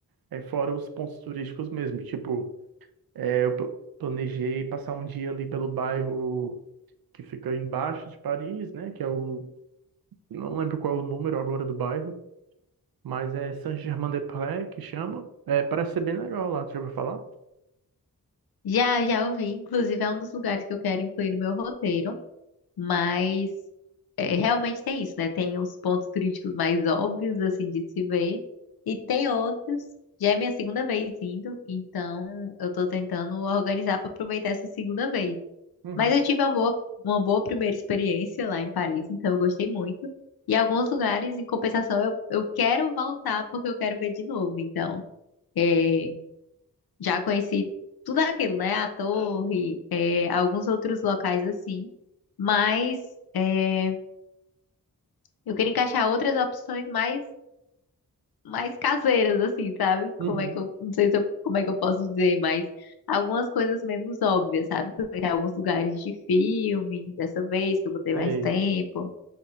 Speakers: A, on the right; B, on the left.
A: é, fora os pontos turísticos mesmo. Tipo, é, eu pl- planejei passar um dia ali pelo bairro que fica embaixo de Paris, né? Que é o, não lembro qual é o número agora do bairro, mas é Saint-Germain-des-Prés que chama. É, parece ser bem legal lá, tu já ouviu falar?
B: Já, já ouvi, inclusive é um dos lugares que eu quero incluir no meu roteiro. Mas é, realmente tem isso, né? Tem os pontos turísticos mais óbvios, assim, de se ver, e tem outros. Já é minha segunda vez indo, então eu tô tentando organizar para aproveitar essa segunda vez.
A: Uhum,
B: Mas eu tive uma boa, uma boa primeira experiência lá em Paris, então eu gostei muito. E alguns lugares, em compensação, eu, eu quero voltar porque eu quero ver de novo. Então, é, já conheci tudo aquilo, né? A torre, é, alguns outros locais assim. Mas é, eu queria encaixar outras opções mais, mais caseiras, assim, sabe?
A: uhum,
B: Como é que eu, não sei se eu- como é que eu posso dizer, mas algumas coisas menos óbvias, sabe? Conhecer alguns lugares de filme, dessa vez que eu vou ter
A: Sei.
B: mais tempo